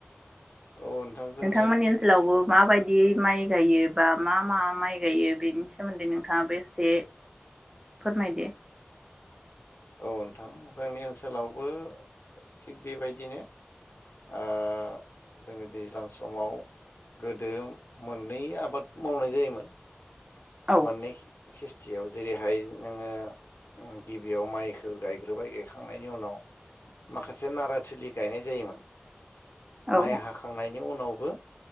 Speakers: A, on the left (about 85°); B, on the right (about 15°).
A: औ नोंथां जोंनि
B: नोंथांमोननि ओनसोलावबो माबायदि माइ गायो बा मा मा माइ गायो बेनि सोमोन्दै नोंथाङाबो एसे फोरमायदो।
A: औ नोंथां जोंनि ओनसोलावबो थिग बेबायदिनो ओ जोंनि दैज्लां समाव गोदो मोननै आबाद मावनाय जायोमोन।
B: औ
A: मोननै खिस्थियाव जेरैहाय नोङो ओ गिबि बेयाव माइखौ गायग्रोबाय गायखांनायनि उनाव माखासे नाराथिलि गायनाय जायोमोन।
B: औ
A: माइ हाखांनायनि उनाव बो